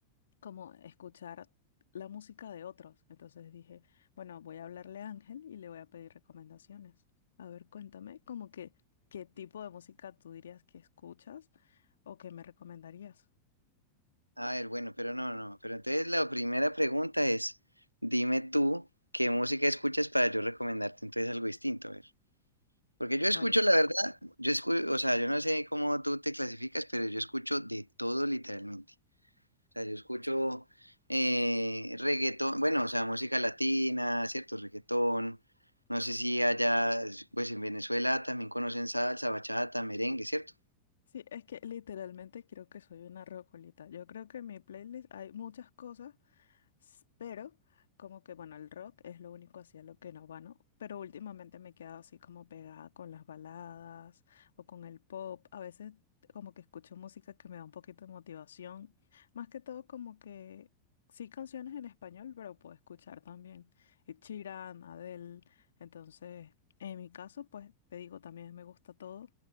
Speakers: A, on the left (about 65°); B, on the right (about 80°).
A: como escuchar la música de otros. Entonces dije, bueno, voy a hablarle a Ángel y le voy a pedir recomendaciones. A ver, cuéntame, como que, ¿qué tipo de música tú dirías que escuchas o que me recomendarías?
B: A ver, bueno, pero no, no. Pero entonces la primera pregunta es, dime tú qué música escuchas para yo recomendarte entonces algo distinto, a ver. Porque yo escucho,
A: Bueno,
B: la verdad, yo escucho, o sea, yo no sé cómo tú te clasificas, pero yo escucho de todo literalmente. O sea, yo escucho eh, reggaetón, bueno, o sea, música latina, cierto, reggaetón. No sé si allá, pues en Venezuela también conocen salsa, bachata, merengue, ¿cierto?
A: Sí, es que literalmente creo que soy una rocolita. Yo creo que en mi playlist hay muchas cosas S- Pero como que, bueno, el rock es lo único hacia lo que no va, ¿no? Pero últimamente me he quedado así como pegada con las baladas o con el pop. A veces como que escucho música que me da un poquito de motivación. Más que todo como que sí canciones en español, pero puedo escuchar también Ed Sheeran, Adele. Entonces, en mi caso, pues te digo, también me gusta todo,